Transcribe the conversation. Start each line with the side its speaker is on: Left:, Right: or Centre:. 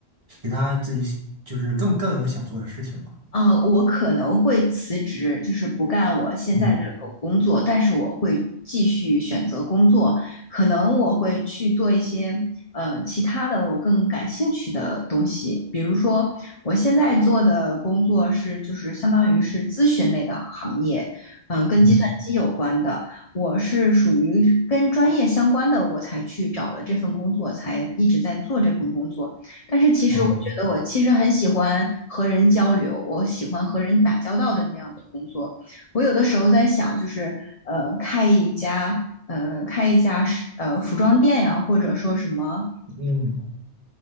Right: 其他自己喜就是更更有想做的事情了。
Left: 嗯，呃我可能会辞职，就是不干我现在这个工作，
Right: 嗯
Left: 但是我会继续选择工作，可能我会去做一些呃其他的我更感兴趣的东西，比如说我现在做的工作是就是相当于是咨询类的行业，嗯、跟计算机有关的，
Right: 嗯
Left: 我是属于跟专业相关的，我才去找了这份工作，才一直在做这份工作。但是其实我觉得我其实很喜欢和人交流，
Right: 啊
Left: 我喜欢和人打交道的那样的工作。我有的时候在想，就是呃，开一家呃，开一家是呃服装店呀、或者说什么
Right: 嗯